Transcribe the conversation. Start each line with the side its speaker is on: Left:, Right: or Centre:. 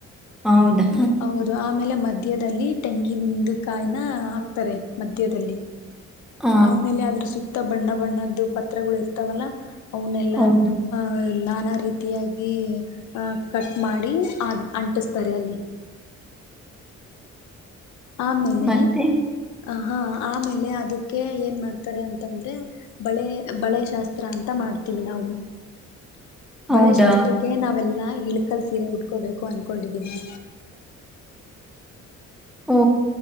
Centre: ಹೌದಾ
Left: ಹೌದು ಆಮೇಲೆ ಮದ್ ಮಧ್ಯದಲ್ಲಿ ತೆಂಗಿಂದು ಕಾಯಿನಾ ಹಾಕ್ತಾರೆ ಮಧ್ಯದಲ್ಲಿ
Centre: ಆ
Left: ಆಮೇಲೆ ಆದ್ರೂ ಸೂಕ್ತ ಬಣ್ಣ ಬಣ್ಣದ್ದು ಪತ್ರಗಳು ಇರ್ತಾವಲ್ಲಾ ಅವನೆಲ್ಲಾ
Centre: ಹೌದು
Left: ಅ ನಾನಾ ರೀತಿ ರಿತಿಯಾಗಿ ಕಟ್ಟ್ ಮಾಡಿ ಅ ಅಂಟಸ್ತಾರೆ ಅಲ್ಲಿ
Centre: <inaudible>
Left: ಆಮೇಲೆ
Centre: ಮತ್ತೆ
Left: ಆ ಹಾ ಆಮೇಲೆ ಅದಕ್ಕೆ ಏನ್ ಮಾಡ್ತಾರೆ ಅಂತಂದ್ರೆ ಬಳೆ ಬಳೆ ಶಾಸ್ತ್ರ ಅಂತ ಮಾ ಮಾಡ್ತೀವಿ ನಾವು
Centre: <inaudible> ಹೌದಾ
Left: ಬಳೆಶಾಸ್ತ್ರಕ್ಕೆ ನಾವೆಲ್ಲಾ ಇಳ್ಕಲ್ ಸೀರೆ ಉಟ್ಕೋಬೇಕು ಅನ್ಕೊಂಡಿದ್ದೀವಿ.
Centre: ಓ